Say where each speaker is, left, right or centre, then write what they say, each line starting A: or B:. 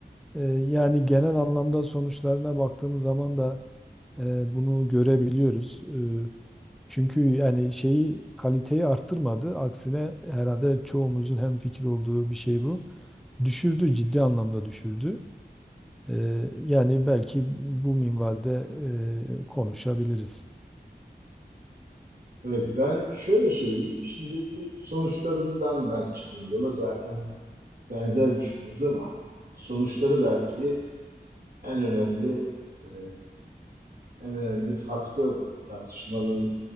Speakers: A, in the centre; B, on the right.
A: E, yani genel anlamda sonuçlarına baktığımız zaman da e, bunu görebiliyoruz. E, çünkü yani şeyi kaliteyi arttırmadı. Aksine herhalde çoğumuzun hemfikir olduğu bir şey bu. Düşürdü, ciddi anlamda düşürdü. E, yani belki bu minvalde e, konuşabiliriz.
B: Evet ben şöyle söyleyeyim. Şimdi bir sonuçlarından ben çıkayım yola. Zaten benzer düşünüyoruz ama sonuçları belki en önemli e, en önemli faktör tartışmanın